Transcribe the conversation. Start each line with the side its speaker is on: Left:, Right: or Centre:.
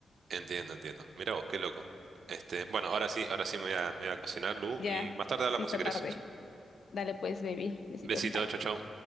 Right: Entiendo, entiendo. Mira vos, qué loco. Este, bueno, ahora sí, ahora sí me voy a, me voy a cocinar, Lu,
Left: Ya,
Right: y más tarde
Left: sí
Right: hablamos
Left: está
Right: si querés.
Left: tarde.
Right: <laughs>
Left: Dale pues, baby. Besito.
Right: Besito,
Left: Bye.
Right: chau, chau.